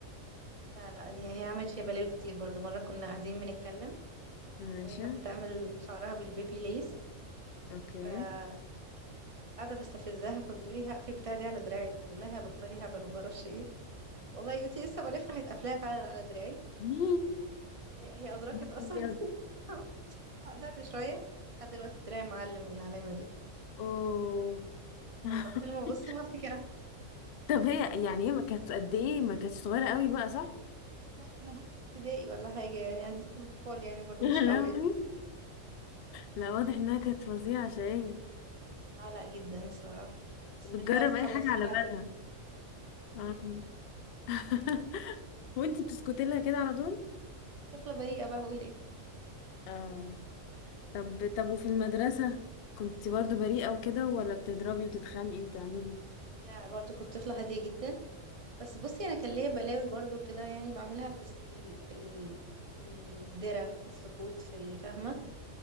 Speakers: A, on the right; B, on the left.
A: لا لا دي هي عملت فيها بلاوي كتير برضو مرة كنا قاعدين بنتكلم
B: ماشي
A: وهي كانت بتعمل شعرها بالبيبي ليس
B: اوكي
A: فقاعدة بستفزها فبتقولي هقفل بتاع دي على دراعك بقول لها يا بطلي هبل ومعرفش ايه والله يا بنتي لسه بلف راحت قافلاها فعلا على دراعي
B: مي
A: هي هي أدركت
B: يا نهار
A: أصلا
B: أبيض.
A: <laughs> بعدها بشوية لحد دلوقتي دراعي معلم بالعلامة دي
B: اوه
A: والله كل
B: <laughs>
A: ما ببص لها افتكرها
B: طب هي يعني هي ما كانت قد ايه ما كانتش صغيرة قوي بقى صح
A: لا كنا بنت ابتدائي ولا حاجة يعني عايزين نكون أطفال يعني برضو
B: <laughs> يا
A: مش
B: لهوي
A: قوي
B: لا واضح انها كانت فظيعة شقية
A: اه لا جدا الصراحة بس
B: بتجرب
A: بنتها بتخلص
B: اي حاجة على
A: منها
B: بالها
A: كل
B: آه. <laughs> وانتي بتسكتي لها كده على طول
A: <laughs> طفلة بريئة بقى هقول ايه
B: اه طب طب وفي المدرسة كنتي برضو بريئة وكده ولا بتضربي وتتخانقي وتعملي
A: لا برضو كنت طفلة هادية جدا بس بصي انا كان ليا بلاوي برضو كده يعني بعملها في الس- في ال... في ال... في الدرة في السكوت في الفهمة